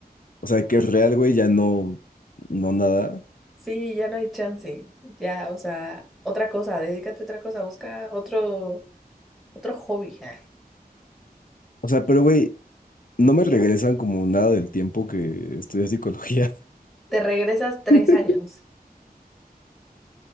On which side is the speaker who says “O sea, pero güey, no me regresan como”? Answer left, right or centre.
Left